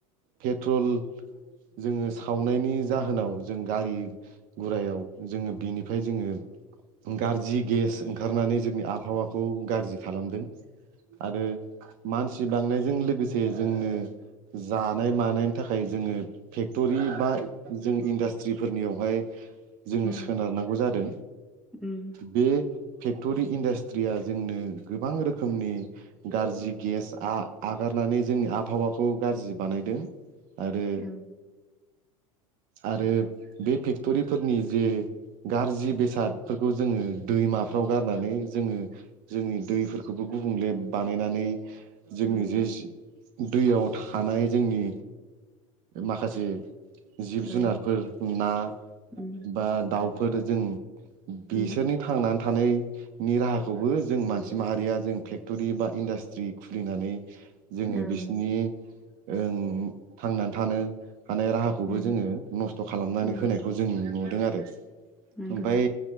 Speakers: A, on the right; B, in the centre.
A: पेट्रल जोङो सावनायनि जाहोनाव जों गारि गुरायाव जोङो बिनिफ्राय जोङो गारजि गेस ओंखारनानै जोंनि आबहावाखौ गारजि खालामदों आरो मानसि बांनायजों लोगोसे जोंनो जानाय मानायनि थाखाय जोङो फेक्ट'रि बा जों इन्डास्ट्रिफोरनियावहाय जोङो
B: औ
A: सोनारनांगौ जादों
B: उम
A: बे फेक्टरि इन्डास्ट्रिया जोंनो गोबां रोखोमनि गाज्रि गेस आगारनानै जों आबहावाखौ गाज्रि बानायदों आरो
B: औ
A: आरो बे फेक्टरिफोरनि जे गारजि बेसादफोरखौ जोङो दैमाफ्राव गारनानै जोङो जोंनि दैफोरखौबो गुबुंले बानायनानै जोंनि
B: नंगौ
A: जे दैयाव थानाय जोंनि माखासे जिब
B: औ
A: जुनारफोर ना
B: उम
A: बा दाउफोर जों बिसोरनि
B: उम
A: थांनानै थानाय नि राहाखौबो जों मानसि माहारिया जों फेक्ट'रि बा इन्डास्ट्रि खुलिनानै जोङो
B: ओं
A: बिसिनि ओं थांनानै थानो हानाय राहाखौबो
B: उम
A: जोङो नस्थ' खालामनानै
B: उम
A: होनायखौ जों नुदों आरो
B: नंगौ
A: ओमफ्राय